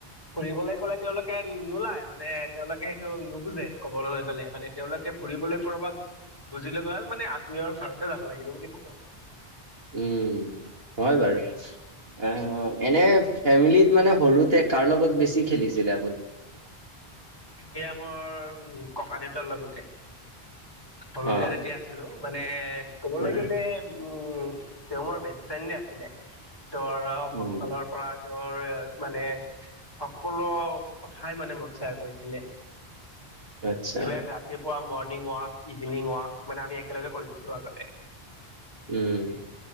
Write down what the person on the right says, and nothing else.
উম হয় বাৰু অ এনে ফেমিলিত মানে সৰুতে কাৰ লগত বেছি খেলিছিলে আপুনি
অ
উম
উম,
আচ্ছা
উম।